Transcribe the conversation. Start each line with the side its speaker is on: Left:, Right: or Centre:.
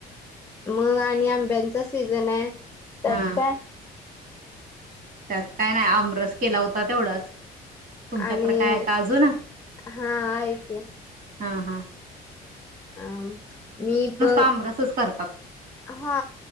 Left: मग आणि आंब्यांचा सीझनय. त्यात
Right: हा
Left: काय?
Right: त्यात काय नाय आमरस केला होता तेवढाच. तुमच्याकडे
Left: आणि
Right: काय आहे का अजून
Left: हा आहेकी.
Right: हा, हा.
Left: आम मी प
Right: आमरसच करतात
Left: हा